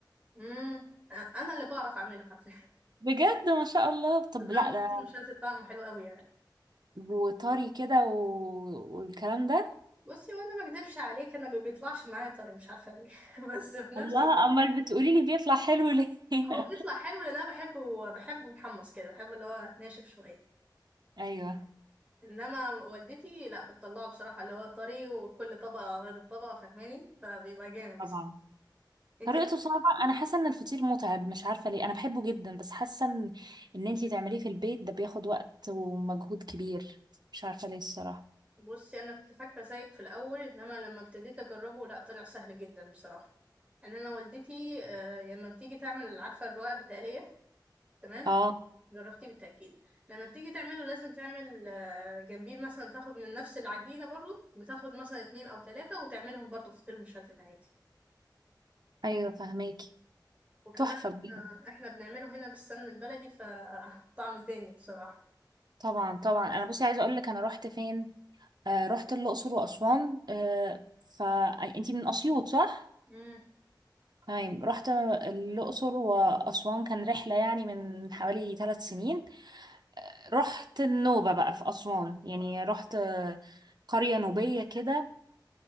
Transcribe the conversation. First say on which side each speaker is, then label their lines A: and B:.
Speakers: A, on the right; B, on the right.
A: امم انا اللي بعرف اعمله حرفيا <laughs>
B: بجد ما شاء الله طب
A: بعمل
B: لا ده
A: فطير مشلتت طعمه حلو قوي يعني
B: وطري كده و... والكلام ده
A: بصي وانا ما اكدبش عليك انا ما بيطلعش معايا طري مش عارفه ليه <laughs> بس في نفس
B: الله
A: الوقت
B: أمال بتقولي لي بيطلع حلو ليه <laughs>
A: هو بيطلع حلو لان انا بحبه بحبه محمص كده بحبه اللي هو ناشف شويه
B: أيوه
A: انما والدتي لا بتطلعه بصراحه اللي هو طري وكل طبقه غير الطبقه فاهماني فبيبقى جامد
B: طبعا
A: انت
B: طريقته صعبة أنا حاسة إن الفطير متعب مش عارفة ليه أنا بحبه جدا بس حاسة إن إن أنتي تعمليه في البيت ده بياخد وقت ومجهود كبير مش عارفة ليه الصراحة
A: بصي انا كنت فاكره زيك في الاول انما لما ابتديت اجربه لا طلع سهل جدا بصراحه ان انا والدتي آه، لما بتيجي تعمل عارفه الرقاق بتقليه تمام
B: آه
A: جربتيه بالتاكيد لما بتيجي تعمله لازم تعمل آه، جنبيه مثلا تاخد من نفس العجينه برضو بتاخد مثلا اتنين او تلاته وتعملهم برضو فطير مشلتت عادي
B: أيوة فهماكي
A: وكمان
B: تحفة
A: احنا
B: بجد
A: إحنا بنعمله هنا بالسمن البلدي فطعم <laughs> تاني بصراحه
B: طبعا طبعا أنا بصي عايزة أقولك أنا رحت فين آه رحت الأقصر وأسوان آه فأنتي من أسيوط صح؟
A: امم
B: تمام رحت الأقصر وأسوان كان رحلة يعني من حوالي ثلاث سنين رحت النوبة بقى في أسوان يعني رحت آه، قرية نوبية كده